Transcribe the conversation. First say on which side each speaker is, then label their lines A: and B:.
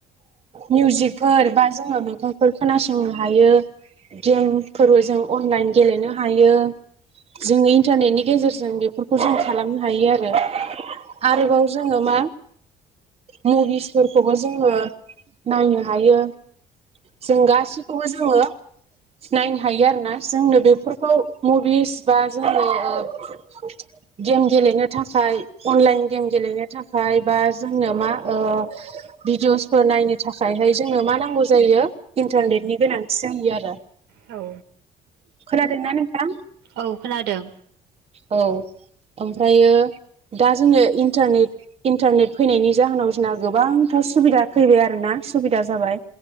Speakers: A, on the right (about 35°); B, on the right (about 80°).
A: मिउजिकफोर बा जोङो मेथाइफोर खोनासंनो हायो गेमफोरबो जों अनलाइन गेलेनो हायो। जोंनि इन्टारनेटनि गेजेरजों बेफोरखौ जों खालामनो हायो आरो। आरोबाव जोङो मा। मुभिसफोरखौबो जोङो नायनो हायो। जों गासिखौबो जोङो नायनो हायो आरोना जोंनो बेफोरखौ मुभिस बा जोंनो ओ गेम गेलेनो थाखाय अनलाइन गेम गेलेनो थाखाय बा जोंनो मा ओ भिडिअ'सफोर नायनो थाखायहाय जोंनो मा नांगौ जायो इन्टारनेटनि गोनांथि जायो आरो।
B: औ।
A: खोनादों ना नोंथां‌
B: औ खोनादों।
A: औ ओमफ्रायो दा जों इन्टारनेट इन्टारनेट फैनायनि जाहोनाव जोंना गोबांथार सुबिदा फैबाय आरोना सुबिदा जाबाय